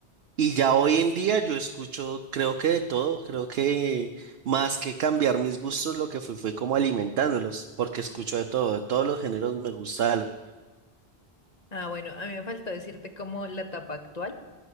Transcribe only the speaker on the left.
Ah, bueno, a mí me faltó decirte como la etapa actual.